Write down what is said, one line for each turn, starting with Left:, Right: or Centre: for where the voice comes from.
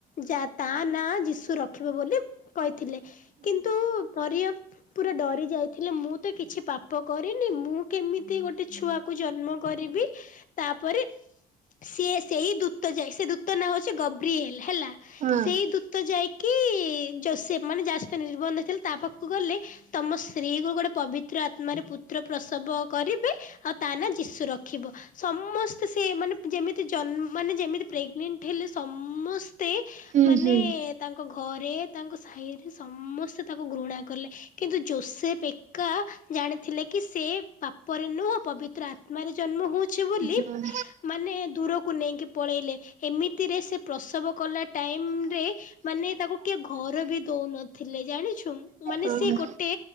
Left: ଯା ତା ନା ଯିଶୁ ରଖିବ ବୋଲି କହିଥିଲେ କିନ୍ତୁ ପରିୟମ ପୁରା ଡରି ଯାଇଥିଲେ ମୁଁ ତ କିଛି ପାପ କରିନି ମୁଁ କେମିତି ଗୋଟେ ଛୁଆକୁ ଜନ୍ମ କରିବି ତାପରେ ସିଏ ସେଇ ଦୂତ ଯାଇ ସେ ଦୂତ ନାଁ ହଉଛି ଗବ୍ରିଏଲ ହେଲା
Right: ହଁ
Left: ସେଇ ଦୂତ ଯାଇ କି ଜୋସେଫ ମାନେ ଯା ସହିତ ନିର୍ବନ୍ଧ ହେଇଥିଲେ ତା ପାଖକୁ ଗଲେ ତମ ସ୍ତ୍ରୀ କୁ ଗୋଟେ ପବି ପୁତ୍ର ଆତ୍ମାରେ ପୁତ୍ର ପ୍ରସବ କରିବେ ଆଉ ତା ନା ଯିଶୁ ରଖିବୁ ସମସ୍ତେ ସେ ମାନେ ଯେମିତି ଜ ମାନେ ଯେମିତି ପ୍ରେଗନେଣ୍ଟ ହେଲେ ସମ ମତେ
Right: ହୁଁ
Left: ମାନେ ତାଙ୍କ ଘରେ ତାଙ୍କ ସାହିରେ ସମସ୍ତେ ତାଙ୍କୁ ଘୃଣା କଲେ। କିନ୍ତୁ ଜୋସେଫ୍ ଏକା ଜାଣିଥିଲେ କି ସେ ପାପରେ ନୁହଁ ପବିତ୍ର ଆତ୍ମାରେ ଜନ୍ମ ହଉ ଛି ବୋଲି
Right: ହୁଁ
Left: ମାନେ ଦରକୁ ନେଇି ପଳେଇଲେ ଏମିତିରେ ସେ ପ୍ରସବ କଲା ଟାଇମରେ ମାନେ ତାକୁ କିଏ ଘର ବି ଦଉନଥିଲେ ଜାଣିଛୁ ମାନେ
Right: ଓହୋ।
Left: ସେ ଗୋଟେ